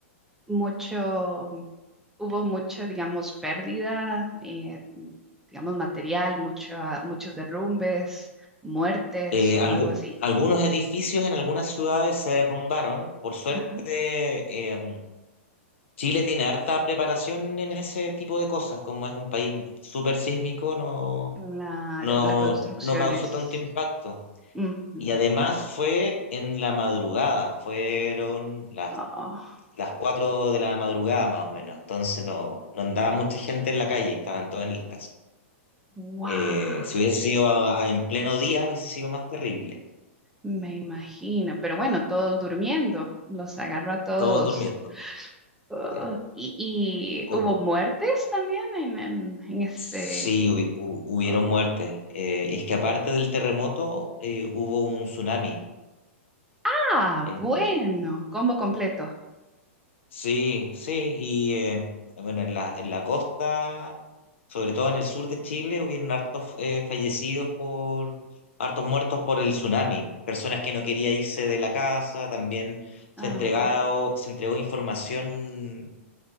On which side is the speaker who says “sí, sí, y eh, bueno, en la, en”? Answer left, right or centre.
Left